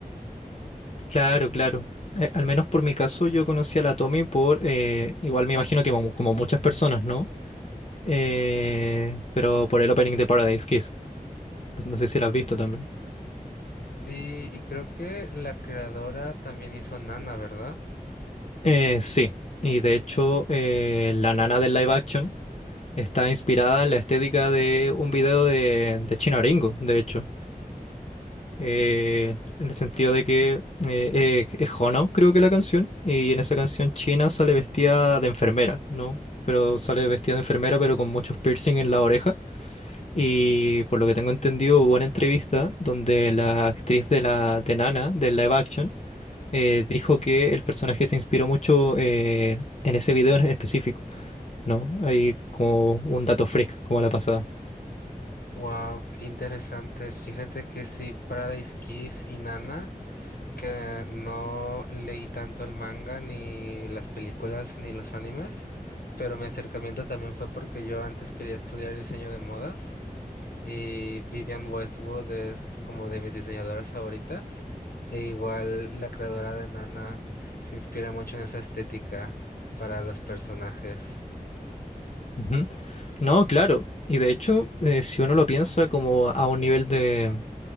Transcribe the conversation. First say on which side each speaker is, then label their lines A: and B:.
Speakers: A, on the left; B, on the left.
A: Claro, claro. Eh, al menos por mi caso, yo conocí a la Tommy por, eh, igual me imagino que como, como muchas personas, ¿no? Eh, pero por el opening de Paradise Kiss. No, no sé si lo has visto también.
B: Sí, y creo que la creadora también hizo Nana, ¿verdad?
A: Eh, sí, y de hecho, eh, la nana del live action está inspirada en la estética de un video de, de Chino Aringo, de hecho. eh, en el sentido de que eh, eh, es Hono, creo que la canción, y en esa canción China sale vestida de enfermera, ¿no? Pero sale vestida de enfermera, pero con muchos piercing en la oreja. Y por lo que tengo entendido, hubo una entrevista donde la actriz de la de Nana, del live action, eh, dijo que el personaje se inspiró mucho eh, en ese video en específico, ¿no? Hay como un dato freak, como la pasada.
B: Wow, qué interesante. Fíjate que sí, Paradise Kiss y Nana, que no leí tanto el manga, ni las películas, ni los animes, pero mi acercamiento también fue porque yo antes quería estudiar diseño de modas. Y Vivian Westwood es como de mis diseñadoras favoritas. E igual la creadora de Nana se inspira mucho en esa estética para los personajes.
A: Ujú. No, claro. Y de hecho, eh, si uno lo piensa como a un nivel de,